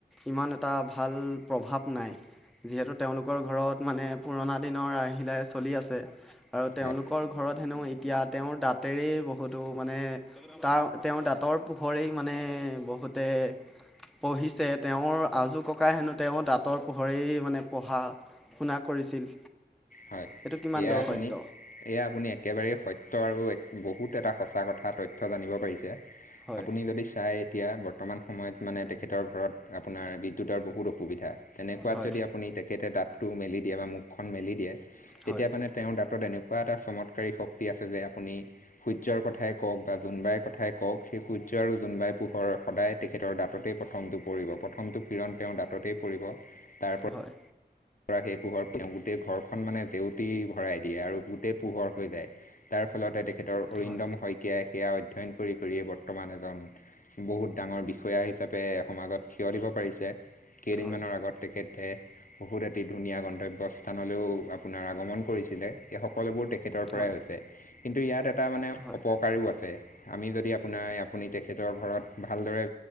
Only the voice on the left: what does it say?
হয়
হয়
এয়া
আপুনি
এয়া আপুনি এক একেবাৰাৰে সত্য আৰু এক বহুত এটা সঁচা কথা তথ্য জানিব পাৰিছে
আপুনি যদি চাই এতিয়া বৰ্তমান সময়ত মানে তেখেতৰ ঘৰত আপোনাৰ বিদ্যুতৰ বহুত অসুবিধা তেনেকুৱাত
যদি আপুনি তেখেতে দাঁতটো মেলি দিয়ে বা মুখখন মেলি দিয়ে তেতিয়া
মানে তেওঁৰ দাঁত <unintelligible> ক্ৰত এনেকুৱা এটা চমৎকাৰী শক্তি আছে যে আপুনি সূৰ্যৰ কথাই কওক বা জোনবাইৰ কথাই কওক সেই সূৰ্য আৰু জোনবাই পোহৰ সদায় তেখেতৰ দাঁততেই প্ৰথমটো পৰিব প্ৰথমটো কিৰণ তেওঁৰ দাঁততেই পৰিব তাৰ প
ৰাক সেই পোহৰ প গোটেই ঘৰখন মানে জেউতি ভৰাই দিয়ে আৰু গোটেই পোহৰ হৈ যায়। তাৰ ফলতে তেখেতৰ অৰিন্দম
শইকীয়াই সেয়া অধ্যয়ন কৰি কৰি বৰ্তমান এজন বহুত ডাঙৰ বিষয়া হিচাপে সমাজত থিয় দিব পাৰিছে। কেইদিনমানৰ
আগত তেখেতে বহুত এটি ধুনীয়া গন্তব্যস্থানলৈও আপোনাৰ আগমন কৰিছিলে স সকলোবোৰ তেখেতৰ পৰাই
হৈছে। কিন্তু ইয়াত এটা মানে
অপকাৰও আছে আমি যদি আপোনাৰ আপুনি তেখেতৰ ঘৰত ভাল ভালদৰে